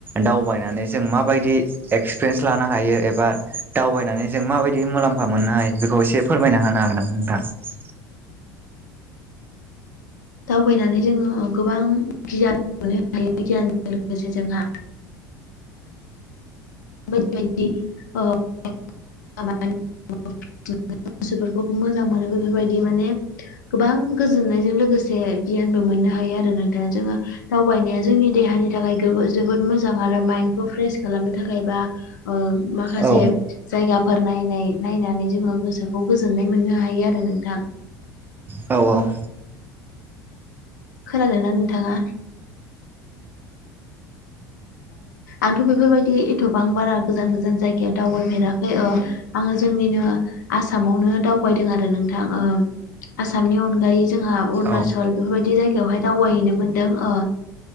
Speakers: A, on the right; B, on the left.
A: दावबायनानै जों माबायदि एक्सपिरियेन्स लानो हायो एबा दावबायनानै जों माबायदि मुलाम्फा मोननो हायो बेखौ एसे फोरमायना होनो हागोन नामा नोंथां
B: दावबायनानै जोङो गोबां गियान मोननो हायो गियानजों लोगोसे जोंहा बदि बदि <unintelligible> <unintelligible> गोसोफोरखौ मोजां मोनो बेफोरबायदि माने गोबां गोजोननायजों लोगोसे जे गियानबो मोननो हायो आरो नोंथांङा जोंङो दावबायनाया जोंनि देहानि थाखाय गोबो जोबोद मोजां आरो माइन्डखौ फ्रेस खालामनो थाखायबा ओम माखासे
A: औ
B: जायगाफोर नायनाय नायनानै जोंङो गोसोखौ गोजोननाय मोननो हायो आरो नोंथां।
A: औ-औ!
B: खोनादोंना नोंथाङा आंथ' बेफोरबायदि एथबां बारा गोजान गोजान जायगाया दावबायफेराखै आंङो जोंनिनो आसामावनो दावबायदों आरो नोंथां ओ! आसामनि अनगायै जोंहा अरुणाचल
A: औ
B: बेफोरबायदि जायगायावहाय दावबायहैनो मोनदों ओ